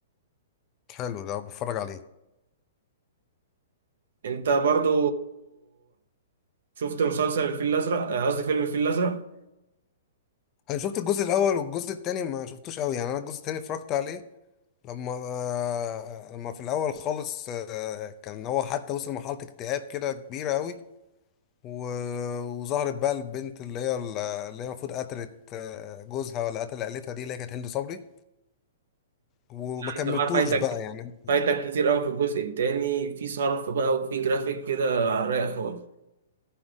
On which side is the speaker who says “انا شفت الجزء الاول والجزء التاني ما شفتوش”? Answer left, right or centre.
Left